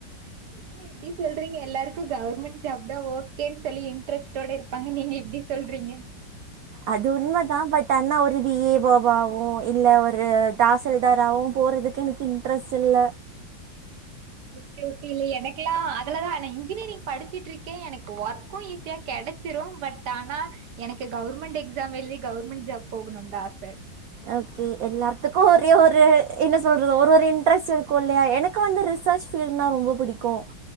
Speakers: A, on the right; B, on the right.
A: என்ன இப்டி சொல்றீங்க எல்லாருக்கு கவுர்மெண்ட் ஜாப் தா ஓகேன் சொல்லி இன்ட்ரெஸ்டோட இருப் பாங்க நீங்க இப்டி சொல்றீங்க
B: அது உண்மதா பட் அன்னா ஒரு வி ஏ வோ வாவு இல்ல ஒரு தாசல்தாராவு போறதுக்கு எனக் இன்ட்ரெஸ்ட் இல்ல
A: ஓகே ஓகே இல்ல எனக்குல்லா அதுலதா நா இன்ஜினியரிங் படிச்சிட்ருக்கே எனக்கு ஒர்க்கு ஈஸியா கெடச் ச்சிரு பட் ஆனா எனக்கு கவுர்மெண்ட் எக்ஸாம் எழுதி கவுர்மெண்ட் ஜாப் போகணுன் தா ஆச
B: ஓகே எல்லார்த்துக்கு ஒரே ஒரு என்ன சொல்றது ஒரு ஒரு இன்ட்ரெஸ்ட் இருக்கு இல்லையா எனக் கு வந்து ரிசர்ச் ஃபீல்டுனா ரொம்ப புடிக்கு